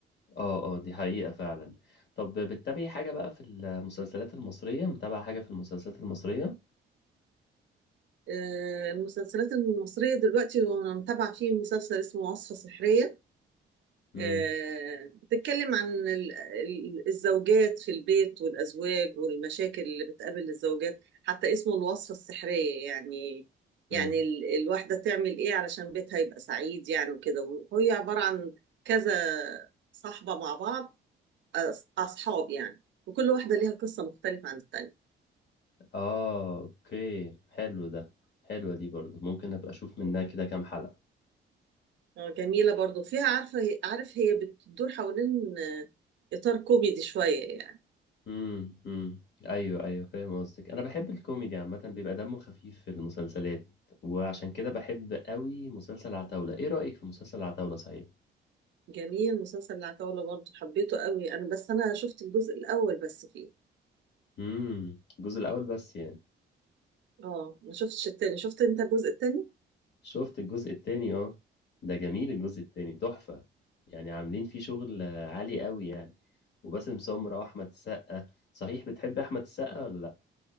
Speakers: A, on the left; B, on the right.
A: اه اه دي حقيقة فعلا طب بتتابعي حاجة بقى في المسلسلات المصرية متابعة حاجة في المسلسلات المصرية
B: آه، المسلسلات المصرية دلوقتي وأنا متابعة فيه مسلسل اسمه وصفة سحرية
A: امم
B: آه، بتتكلم عن ال- ال- الزوجات في البيت والأزواج والمشاكل اللي بتقابل الزوجات حتى اسمه الوصفة السحرية يعني يعني
A: امم
B: ال- الواحدة تعمل إيه علشان بيتها يبقى سعيد يعني وكده وهي عبارة عن كذا صاحبة مع بعض أص- أصحاب يعني وكل واحدة ليها قصة مختلفة عن التانية
A: اه اوكي حلو ده حلوة دي برضو ممكن ابقى اشوف منها
B: مم.
A: كده كام حلقة
B: آه، جميلة برضو فيها عارفة عارف هي بتدور حوالين إطار كوميدي شوية يعني
A: امم امم ايوه ايوه فاهم قصدك انا بحب الكوميدي عامة بيبقى دمه خفيف في المسلسلات وعشان كده بحب قوي مسلسل عتاولة ايه رأيك في مسلسل عتاولة صحيح
B: جميل مسلسل العتاولة برضه حبيته قوي انا بس انا شفت الجزء الاول بس فيه
A: امم الجزء الاول بس يعني
B: اه ما شفتش التاني شفت انت الجزء التاني
A: شفت الجزء التاني اه ده جميل الجزء التاني تحفة يعني عاملين فيه شغل آه، عالي قوي يعني وباسم سمرة واحمد السقا صحيح بتحب احمد السقا ولا لا